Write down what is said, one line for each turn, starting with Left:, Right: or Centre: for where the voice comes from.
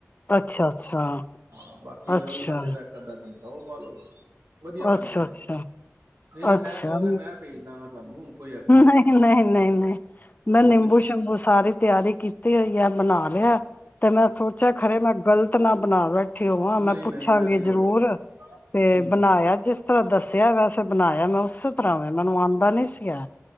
Left: ਅੱਛਾ
Right: ਹਾਂ ਬਾਕੀ ਗਰਮ
Left: ਅੱਛਾ
Right: ਮਸਾਲੇ ਦਾ ਇੱਕ ਅੱਧਾ ਚਮਚਾ <inaudible> ਵਧੀਆ
Left: ਅੱਛਾ
Right: ਬਣ ਜਾਏ ਹੋ
Left: ਅੱਛਾ
Right: ਨਹੀਂ ਤੇ
Left: ਅੱਛਾ,
Right: ਮੈਂ ਕਹੋਗੇ ਮੈਂ ਭੇਜ ਦਾਂਗਾ ਤੁਹਾਨੂੰ ਕੋਈ ਐਸੀ
Left: ਨਹੀਂ
Right: ਗੱਲ
Left: ਨਹੀਂ ਨਹੀਂ ਨਹੀਂ ਮੈਂ
Right: ਹੋਰ
Left: ਨਿੰਬੂ
Right: ਕੀ
Left: ਸ਼ਿੰਬੂ ਸਾਰੀ ਤਿਆਰੀ ਕੀਤੀ ਹੋਈ ਹੈ ਬਣਾ ਹ ਤੇ ਮੈਂ ਸੋਚਿਆ ਖਰੇ ਮੈਂ ਗ਼ਲਤ ਨਾ ਬਣਾ ਵੈ ਬੈਠੇ ਹੋਵਾਂ ਮੈਂ
Right: ਨਹੀਂ
Left: ਪੁੱਛਾਂਗੀ
Right: ਨਹੀਂ ਐਸੀ ਕੋਈ
Left: ਜਰੂਰ
Right: ਗੱਲ ਨਹੀਂ
Left: ਤੇ
Right: ਹੂੰ
Left: ਬਣਾਇਆ
Right: ਹੂੰ
Left: ਜਿਸ ਤਰ੍ਹਾਂ ਦੱਸਿਆ ਵੈਸੇ ਬਣਾਇਆ ਮ ਉਸਸ <inaudible> ਭਰਾ ਮੈਨੂੰ ਆਉਂਦਾ ਨੀ ਸੀਗਾ